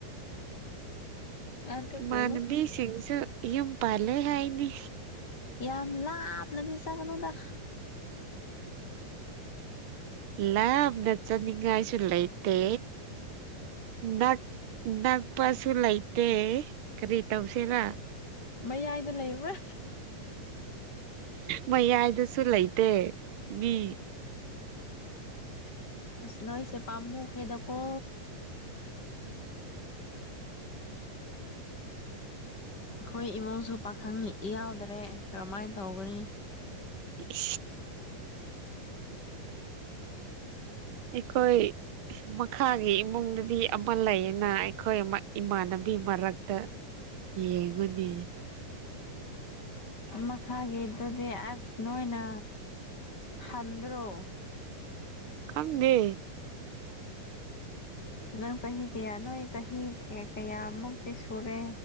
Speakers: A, on the left (about 30°); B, on the right (about 75°).
A: ꯑꯗꯨꯕꯨ
B: ꯃꯥꯟꯕꯤꯁꯤꯡꯁꯨ ꯌꯨꯝ ꯄꯥꯜꯂꯦ ꯍꯥꯏꯅꯤ
A: ꯌꯥꯝ ꯂꯥꯛꯞꯅꯗꯤꯁꯒꯅꯗ
B: ꯏꯅ ꯆ ꯅꯤꯡꯉ ꯀꯥꯏꯁꯨꯂ ꯏꯠꯇꯦ ꯗꯠ ꯅꯪ ꯄꯁꯨ ꯂꯩꯥꯏꯇ ꯈꯔꯤ ꯇꯧꯁꯦꯅ
A: ꯃꯩ ꯍꯥꯏꯗꯂ ꯏꯕ꯭ꯔꯥ
B: ꯃꯌꯥꯏꯗꯁꯨ ꯂꯩꯇꯦ ꯃꯤ
A: ꯁꯅꯣꯏꯁꯦ ꯄꯥꯃꯨꯈꯂꯗꯀꯣ ꯑꯩꯈꯣꯏ ꯏꯃꯨꯡꯁꯨ ꯄꯥꯈꯪꯅꯤ ꯏ ꯌꯥꯎꯗꯔꯦ ꯀꯔꯝꯍꯥꯏꯅ ꯇꯧꯒꯅꯤ
B: ꯎ ꯑꯩꯈꯣꯏ ꯃꯈꯥꯒꯤ ꯏꯃꯨꯡꯗꯗꯤ ꯑꯃ ꯂꯩꯌꯦꯅ ꯑꯩꯈꯣꯏ ꯏꯃꯥꯟꯅꯅꯕ ꯑꯗꯨ ꯃꯔꯛꯇ ꯌꯦꯡꯉꯨꯅꯤ
A: ꯃꯈꯈꯥꯒꯤꯦ ꯇꯗꯤ ꯑꯁꯅꯣꯏꯅ ꯍꯟꯗ꯭ꯔ
B: ꯈꯪꯗꯦ
A: ꯅꯪ ꯆꯍꯤ ꯀꯌꯥ ꯅꯣꯏ ꯆꯍꯤ ꯀꯌꯥꯃꯨꯛꯇꯤ ꯁꯨꯔꯦ